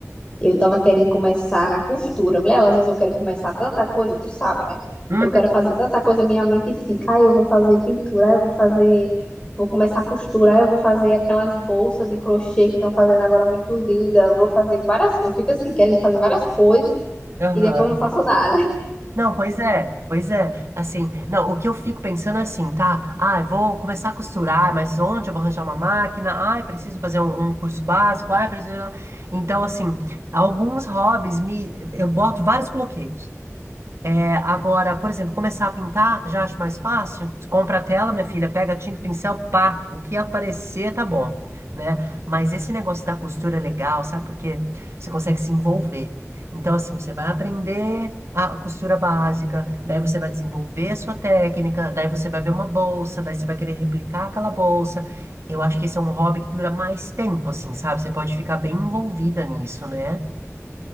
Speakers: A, on the left; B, on the right.
A: Eu tava querendo começar na costura. Mulher, às vezes eu quero começar tanta coisa, tu sabe, né?
B: Uhum.
A: Eu quero fazer tanta coisa, minha mente fica, ah, eu vou fazer pintura, ah, eu vou fazer, vou começar a costura, ah, eu vou fazer aquelas bolsas de crochê que estão fazendo agora muito linda, vou fazer várias coisas. Eu fico assim, querendo fazer várias coisas
B: Aham.
A: e depois não faço nada. <laughs>
B: Não, pois é, pois é. Assim, não, o que eu fico pensando é assim, tá? Ah, eu vou começar a costurar, mas onde eu vou arranjar uma máquina? Ah, eu preciso fazer um, um curso básico. Ah, eu preciso. Então, assim, alguns hobbies me, eu boto vários bloqueios. É, agora, por exemplo, começar a pintar, já acho mais fácil. Você Compra a tela, minha filha, pega tinta, pincel, pá, o que aparecer tá bom, né? Mas esse negócio da costura é legal, sabe por quê? Você consegue se envolver. Então, assim, você vai aprender a costura básica, daí você vai desenvolver a sua técnica, daí você vai ver uma bolsa, daí você vai querer replicar aquela bolsa. Eu acho que esse é um hobby que dura mais tempo, assim, sabe? Você pode ficar bem envolvida nisso, né?